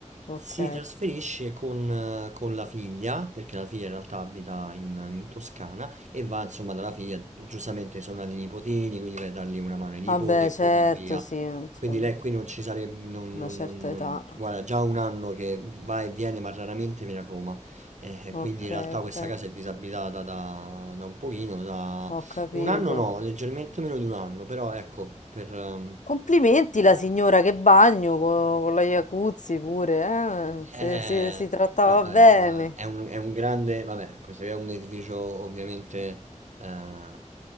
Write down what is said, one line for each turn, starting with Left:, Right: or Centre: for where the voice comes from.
Left: Ok.
Right: si trasferisce con, eh, con la figlia perché la figlia in realtà abita in, in Toscana e va insomma dalla figlia, giustamente sono nati i nipotini, quindi vai a dargli una mano ai nipoti
Left: Vabbè,
Right: e
Left: certo,
Right: così via.
Left: sì, insomma,
Right: Quindi lei qui non ci sarebbe, non,
Left: una
Right: non-
Left: certa
Right: non- non-
Left: età.
Right: guarda, già un anno che va e viene, ma raramente viene a Roma. Eh, quindi
Left: Ok,
Right: in realtà
Left: ok,
Right: questa casa è disabitata da, da un pochino, da
Left: ho capito.
Right: un anno no, leggermente meno di un anno, però ecco, per, ehm,
Left: Complimenti la signora che bagno co- con, la Iacuzzi pure, eh?
Right: Eh,
Left: Se, se si trattava
Right: no, vabbè,
Left: bene.
Right: una- è un, è un grande, vabbè, questo è un edificio ovviamente, eh,